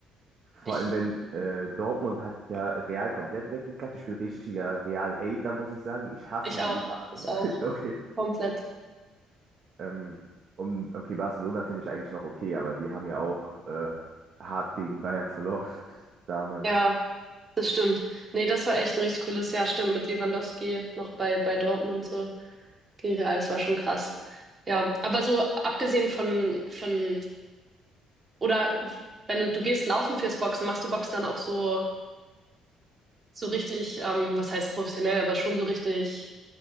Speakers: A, on the right; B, on the right.
A: vor
B: Ich,
A: allem, wenn äh, Dortmund hat ja Real komplett weggeklatscht. Ich bin richtiger Real-Hater, muss ich sagen. Ich hasse
B: ich
A: die
B: auch,
A: über alles.
B: ich auch.
A: <laughs> Okay.
B: Komplett.
A: Ähm, und okay, Barcelona finde ich eigentlich noch okay, aber die haben ja auch äh, hart gegen Bayern verloren <laughs> damals.
B: Ja. Das stimmt. Nee, das war echt ein richtig cooles Jahr. Stimmt, mit Lewandowski noch bei, bei Dortmund und so. Gegen Real, das war schon krass. Ja, aber so abgesehen von, von, oder wenn du, du gehst laufen fürs Boxen, machst du Boxen dann auch so, so richtig, ähm, was heißt professionell, aber schon so richtig,